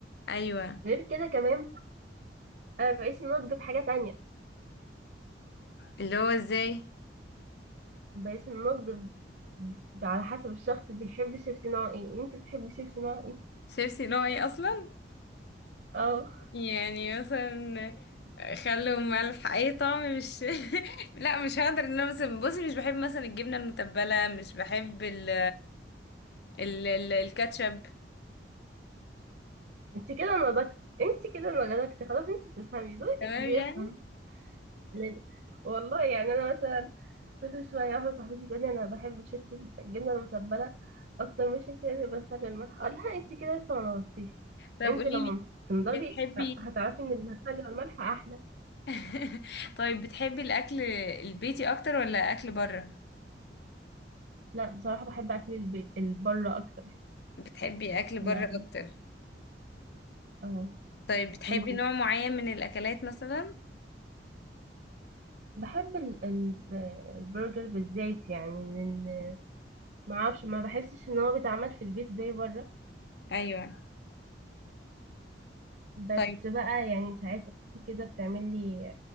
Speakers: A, on the left; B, on the right.
A: ايوه
B: غير كده كمان انا بقيت ان انا اطلب حاجه تانية
A: اللي هو ازاي
B: بس النقد ب... ب- على حسب الشخص بيحب الشيبسي نوع ايه انت بتحبي شيبسي نوع ايه
A: شيبسي نوع ايه اصلا
B: اه
A: يعني مثلا خل وملح اي طعم مش <laughs> لا مش هقدر ان انا مثلا بصي مش بحب مثلا الجبنه المتبله مش بحب ال ال ال الكاتشب
B: انت كده نضجتي انت كده نضجتي خلاص انت بتفهمي ذوقك
A: تمام
B: بيفهم
A: يعني
B: لازم. والله يعني انا مثلا كل شويه واحده صاحبتي تقولي انا بحب الشيبسي الجبنه المتبله اكتر من الشيبسي اللي بالخل والملح اقول لها انت كده لسه ما نضجتيش
A: طب
B: انت
A: قولي
B: لما
A: لي
B: تنضجي
A: بتحبي
B: هتعرفي ان الخل والملح احلى
A: <laughs> طيب بتحبي الاكل البيتي اكتر ولا اكل بره
B: لا بصراحه بحب اكل البي... البره اكتر
A: بتحبي اكل بره
B: يعني
A: اكتر
B: اه
A: طيب بتحبي
B: وانت
A: نوع معين من الاكلات مثلا
B: بحب ال ال البرجر بالزيت يعني لان ما اعرفش ما بحسش ان هو بيتعمل في البيت زي بره
A: ايوه
B: بس
A: طيب
B: بقى يعني ساعات اختي كده بتعمل لي